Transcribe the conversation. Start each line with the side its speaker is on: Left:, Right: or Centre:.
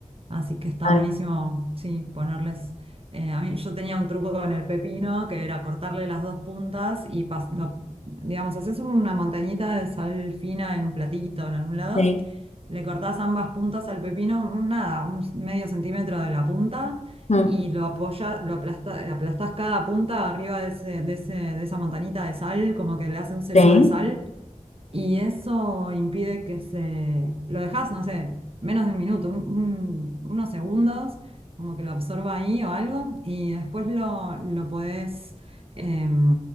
Right: Así que está
Left: Ah,
Right: buenísimo, sí, ponerles. eh, a mí, yo tenía un truco con el pepino que era cortarle las dos puntas y, pas- lo- digamos, haces una montañita de sal fina en un platito, en algún lado.
Left: Sí.
Right: Le cortás ambas puntas al pepino, nada, un medio centímetro de la punta
Left: Mm.
Right: y lo apoyas, lo aplasta- aplastás cada punta arriba de ese- de ese- de esa montañita de sal, como que le hace un sello
Left: Sí.
Right: de sal y eso impide que se... Lo dejas, no sé, menos de un minuto, un- un- unos segundos, como que lo absorba ahí o algo, y después lo, lo podés em,